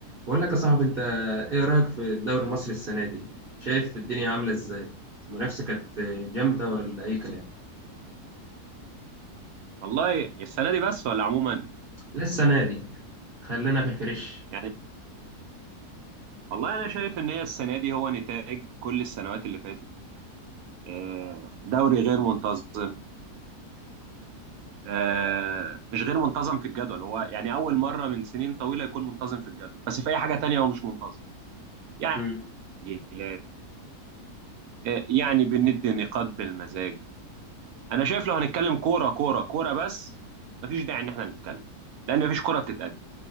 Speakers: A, on the right; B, on the right.
A: بقول لك يا صاحبي انت ايه رايك في الدوري المصري السنه دي شايف الدنيا عامله ازاي المنافسه كانت جامده ولا اي كلام
B: والله السنة دي بس ولا عموما
A: لا السنه دي خلينا في الفريش
B: يعني والله أنا شايف إن هي السنة دي هو نتاج كل السنوات اللي فاتت آه، دوري غير منتظم آه، مش غير منتظم في الجدول هو يعني أول مرة من سنين طويلة يكون منتظم في الجدول بس في أي حاجة تانية هو مش منتظم يعني
A: امم
B: تسجيلات آه، يعني بندي نقاط بالمزاج أنا شايف لو هنتكلم كورة كورة كورة بس مفيش داعي إن إحنا نتكلم لأن مفيش كورة بتتقدم